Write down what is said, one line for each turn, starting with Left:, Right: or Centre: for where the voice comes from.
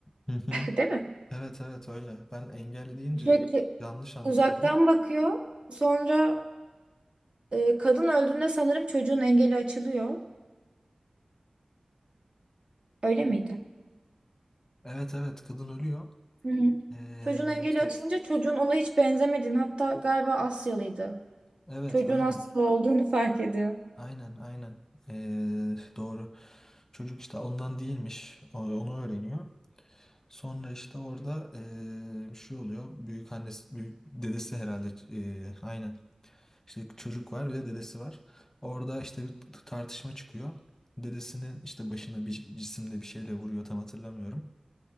Left: Hı hı.
Right: <laughs> Değil mi?
Left: Evet evet öyle. Ben engelli deyince
Right: Sürekli
Left: yanlış anladım.
Right: uzaktan bakıyor. Sonra e, kadın öldüğünde sanırım çocuğun engeli açılıyor. Öyle miydi?
Left: Evet evet kadın ölüyor.
Right: Hı hı.
Left: Ee,
Right: Çocuğun engeli
Left: işte
Right: açılınca çocuğun ona hiç benzemediğini hatta galiba Asyalıydı.
Left: evet
Right: Çocuğun
Left: aynen
Right: Asyalı olduğunu <laughs> fark ediyor.
Left: aynen aynen Ee, doğru çocuk işte ondan değilmiş o- onu öğreniyor sonra işte orada ee, bir şey oluyor büyük annesi büyük dedesi herhalde ee, aynen İşte çocuk var bir de dedesi var orada işte bir t- tartışma çıkıyor dedesinin işte başına bir cisimle bir şeyle vuruyor tam hatırlamıyorum